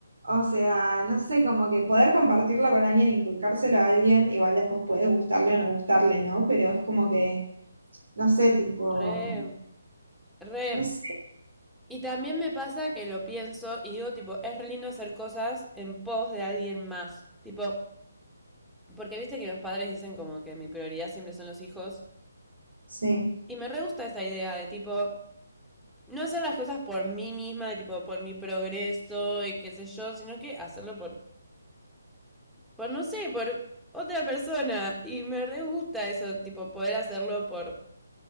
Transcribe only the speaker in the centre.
re, re.
Y también me pasa que lo pienso y digo, tipo, es re lindo hacer cosas en pos de alguien más, tipo... Porque viste que los padres dicen como que mi prioridad siempre son los hijos.
Y me re gusta esa idea de tipo, no hacer las cosas por mí misma, de tipo, por mi progreso y qué sé yo, sino que hacerlo por, por no sé, por otra persona. Y me re gusta eso, tipo, poder hacerlo por